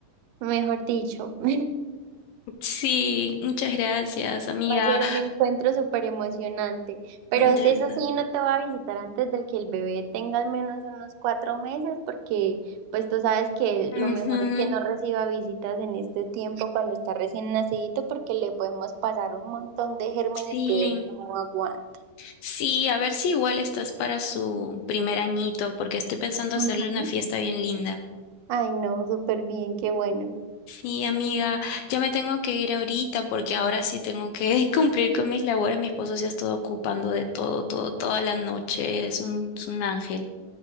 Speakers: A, on the right; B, on the left.
A: mejor dicho. <laughs>
B: Sí, muchas gracias, amiga.
A: Va a ser un encuentro súper emocionante. Pero
B: De
A: si eso
B: verdad.
A: sí, no te va a visitar antes del que el bebé tenga al menos unos cuatro meses, porque pues tú sabes que
B: Ujú,
A: lo mejor es que no reciba visitas en este tiempo cuando está recién nacidito, porque le podemos pasar un montón de gérmenes
B: sí.
A: que él no aguanta.
B: Sí, a ver si igual estás para su primer añito, porque estoy pensando
A: Ujú.
B: hacerle una fiesta bien linda.
A: Ay, no, súper bien, qué bueno.
B: Sí, amiga, ya me tengo que ir ahorita porque ahora sí tengo que <laughs> cumplir con mis labores. Mi esposo se ha estado ocupando de todo, todo, toda la noche. Es un, es un ángel.